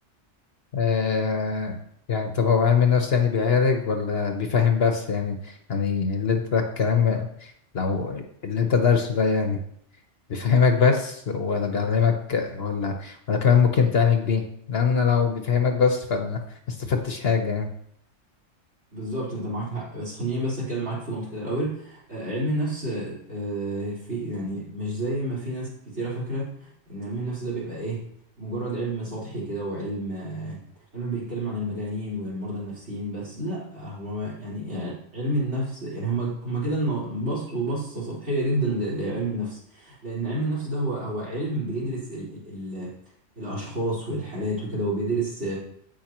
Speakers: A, on the left (about 55°); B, on the right (about 60°).
A: آه يعني طب هو علم النفس يعني بيعالج ولا بيفهم بس يعني يعني اللي انت الكلام لو اللي انت دارسه ده يعني بيفهمك بس ولا بيعلمك ولا ولا كمان ممكن تعالج بيه لان لو بيفهمك بس فانا ما استفدتش حاجة يعني
B: بالظبط انت معاك حق بس خليني بس اتكلم معاك في نقطه كده الاول آه، علم النفس آه، في يعني مش زي ما في ناس كتيره فاكره ان علم النفس ده بيبقى ايه مجرد علم سطحي كده وعلم آه، علم بيتكلم عن المجانين والمرضى النفسيين بس لا هو ما- يعني آه، علم النفس يعني هم هم كده انه بصوا بصه سطحيه جدا ل- لعلم النفس لان علم النفس ده هو هو علم بيدرس ال ال ال الاشخاص والحالات وكده وبيدرس